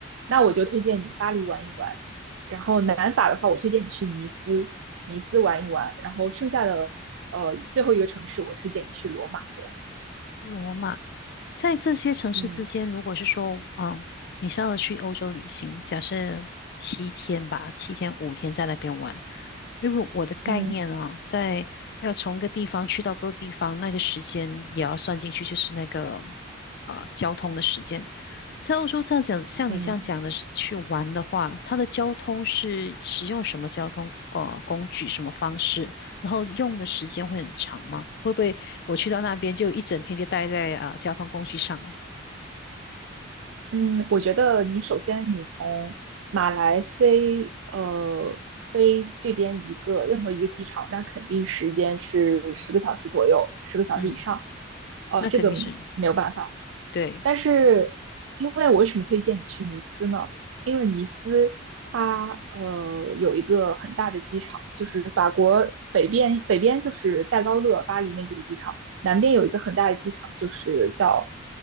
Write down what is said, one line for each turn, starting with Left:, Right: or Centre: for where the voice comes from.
Right: 那我就推荐你巴黎玩一玩，然后南法的话，我推荐你去尼斯，尼斯玩一玩，然后剩下的呃最后一个城市我推荐你去罗马这样。
Left: 罗马。在这些城市之间，
Right: 嗯
Left: 如果是说，嗯，你是要去欧洲旅行，假设七天吧，七天五天在那边玩，因为我的概念啊，
Right: 嗯
Left: 在要从一个地方去到各个地方，那个时间也要算进去，就是那个啊、交通的时间。在欧洲这样讲，像你这样讲的是去玩的话，
Right: 嗯，
Left: 它的交通是使用什么交通呃工具、什么方式，然后用的时间会很长吗？会不会我去到那边就一整天就待在啊、交通工具上了。
Right: 嗯，我觉得你首先你从马来飞呃飞这边一个任何一个机场，那肯定时间是十个小时左右，十个小时以上，
Left: 嗯，
Right: 呃，
Left: 那肯定是
Right: 这个没有办法。
Left: 对
Right: 但是，因为我为什么推荐你去尼斯呢？因为尼斯它呃有一个很大的机场，就是法国北边，北边就是戴高乐、巴黎那几个机场，南边有一个很大的机场，就是叫